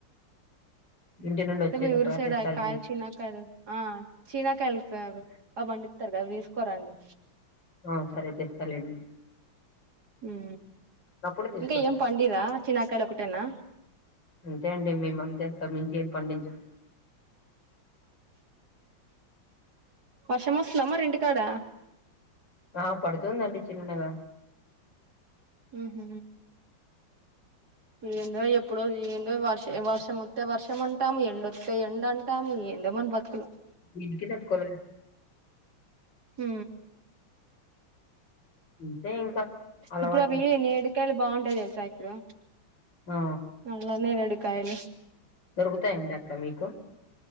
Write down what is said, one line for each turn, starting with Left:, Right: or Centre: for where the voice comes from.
Left: ఇంటి నుండి వచ్చేటప్పుడు
Right: తమ ఇఊరు సైడ్
Left: తెస్తాలేండి
Right: కాల్ చీనకాయ ఆ చీనకాయల్ అవి పండితార్ కథ తీసుకోరండి
Left: ఆ సరే తెస్తాలేండి
Right: హ
Left: అప్పుడు తీసుకొస్తాను
Right: ఇంకా ఏం పండరా చినకాయలు ఒకటేనా
Left: అంతే అండి మేము అంతే అంత మించి ఏం పండించం
Right: వర్షం వస్తుందమ్ మరి ఇంటికాడ
Left: ఆ పడుతుందండి చిన్నగా
Right: ఉహు ఏందో ఎప్పుడు ఏందో వర్షం వస్తే వర్షం అంటాము ఎండొస్తే ఎండ్ అంటాము ఏందో <unintelligible> బతుకుల
Left: ఎన్కి తట్టుకోలెం
Right: హ
Left: అంతే ఇంకా అలవాటు
Right: ఇప్పుడు అవి
Left: చేసు
Right: నేడుకాయలు బాగుంటాయి తెలుసా ఇప్పుడు
Left: ఆ
Right: మళ్ళా నేడు కాయలు
Left: దొరుకుతాయండి అక్కడ మీకు